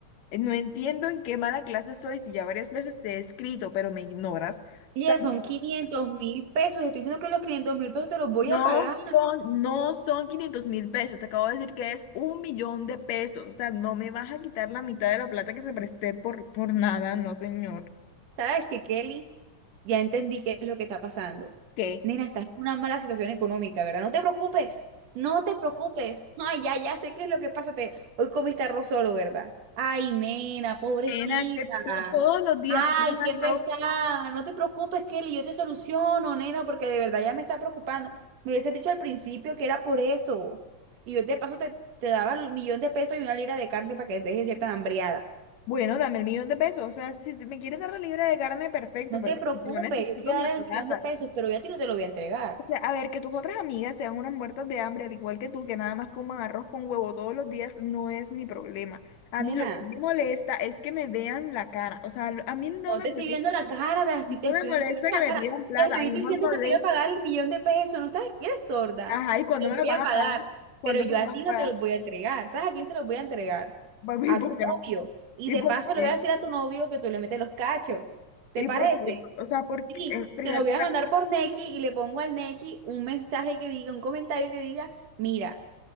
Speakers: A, on the left; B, on the right.
A: Eh, No entiendo en qué mala clase soy si ya varias veces te he escrito, pero me ignoras.
B: Oye,
A: O sea,
B: son quinientos mil pesos. Estoy diciendo que los quinientos mil pesos te los voy
A: No
B: a pagar.
A: son, no son quinientos mil pesos, te acabo de decir que es un millón de pesos, o sea, no me vas a quitar la mitad de la plata que te presté por, por nada, no señor.
B: ¿Sabes qué, Kelly? Ya entendí qué es lo que está pasando.
A: ¿Qué?
B: Nena, estás en una mala situación económica, ¿verdad? No te preocupes, no te preocupes. Ay, ya, ya sé qué es lo que pasa. Te- Hoy comiste arroz solo, ¿verdad? Ay, nena, pobrecita.
A: Era que tú todos los días
B: Ay,
A: con un
B: qué
A: arroz,
B: pesada. No te preocupes, Kelly, yo te soluciono, nena, porque de verdad ya me está preocupando. Me hubiese dicho al principio que era por eso. Y yo de paso te, te daba el millón de pesos y una libra de carne para que dejes cierta hambriada.
A: bueno, dame el millón de pesos, o sea, si te- me quieres dar la libra de carne, perfecto,
B: No
A: pero
B: te preocupes,
A: yo necesito
B: yo te voy a
A: mi
B: dar
A: plata.
B: el millón de pesos, pero yo a ti no te lo voy a entregar.
A: O sea, a ver, que tus otras amigas sean unas muertas de hambre, al igual que tú, que nada más coman arroz con huevo todos los días, no es mi problema. A
B: Nena,
A: mí lo que me molesta es que me vean la cara, o sea, lo- a mí no
B: no
A: me
B: te
A: molesta
B: estoy viendo la cara, te
A: No
B: estoy, te estoy,
A: me molesta
B: no estoy viendo
A: que
B: la
A: me
B: cara.
A: pidan plata,
B: Te estoy
A: a mí
B: diciendo
A: no me molesta.
B: que te iba a pagar el millón de pesos. No estás, eres sorda.
A: Ajá, ¿y cuándo
B: Te lo
A: me lo
B: voy
A: vas
B: a
A: a
B: pagar,
A: pagar? ¿Cuándo
B: pero yo
A: me lo
B: a
A: vas
B: ti
A: a pagar?
B: no te lo voy a entregar. ¿Sabes a quién se los voy a entregar?
A: Papi,
B: A
A: ¿Y por
B: tu
A: qué
B: novio.
A: no?
B: Y
A: ¿Y
B: de
A: por
B: paso le
A: qué?
B: voy a decir a tu novio que tú le metes los cachos. ¿Te
A: ¿Y
B: parece?
A: por qué? O sea, porque
B: Sí,
A: en primer
B: se lo voy
A: lugar,
B: a mandar por Nequi y le pongo al Nequi un mensaje que diga, un comentario que diga, mira.